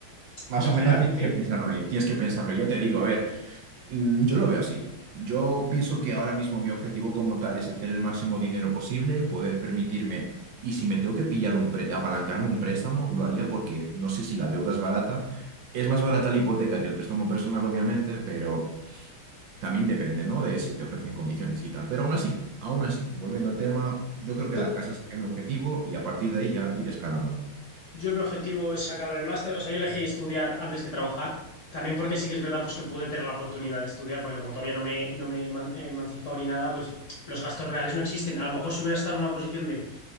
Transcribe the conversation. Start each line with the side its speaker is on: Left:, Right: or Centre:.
Right: más
Left: lógicamente,
Right: o menos tienes que pensarlo ahí, tienes que pensarlo. Y Ya te digo, a ver. Mm, Yo lo veo así. Yo pienso que ahora mismo mi objetivo como tal es hacer el máximo dinero posible, poder permitirme, y si me tengo que pillar un pré- apalancarme un préstamo, lo haría porque no sé si la deuda es barata. Es más barata la hipoteca que el préstamo personal, obviamente, pero también depende, ¿no? De si te ofrecen condiciones y tal. Pero aún así, aún así, volviendo al tema, yo creo que
Left: to-
Right: la casa sería mi objetivo y a partir de ahí ya ir escalando.
Left: Yo mi objetivo es acabar el máster, o sea, yo elegí estudiar antes que trabajar, también porque sí que es verdad pues que pude tener la oportunidad de estudiar, porque como todavía no me, no me he eman- he emancipado ni nada, pues los gastos reales no existen. A lo mejor si hubiera estado en una posición de